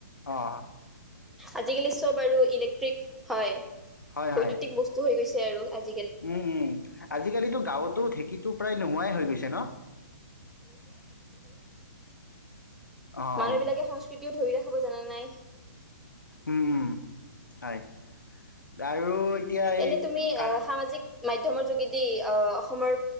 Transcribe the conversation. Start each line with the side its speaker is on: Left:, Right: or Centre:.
Left: অ'হ
Centre: আজিকালি চব আৰু ইলেক্ট্ৰিক হয়।
Left: হয় হয়
Centre: বৈদ্যুতিক বস্তু হৈ গৈছে আৰু আজি।
Left: উম, উম আজিকালিতো। গাঁৱতো ঢেঁকীটো প্ৰায় নোহোৱাই হৈ গৈছে ন। অঁ
Centre: মানুহবিলাকে সংস্কৃতিও ধৰি ৰাখে। খবৰ জানা নাই।
Left: উম হয়। আৰু এতিয়া এই
Centre: এনে তুমি
Left: কঠ।
Centre: আহ সামাজিক মাধ্যমৰ যোগেদি আহ অসমৰ